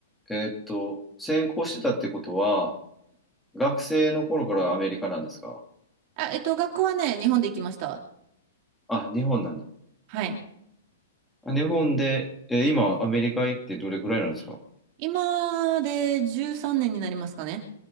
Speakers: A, in the centre; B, on the right.
A: えーっと、専攻してたってことは、学生の頃からアメリカなんですか
B: あ、えっと、学校はね、日本で行きました。
A: あ、日本なんだ。
B: はい。
A: あ日本で、えー今、アメリカ行ってどれくらいなんですか
B: 今で13年になりますかね。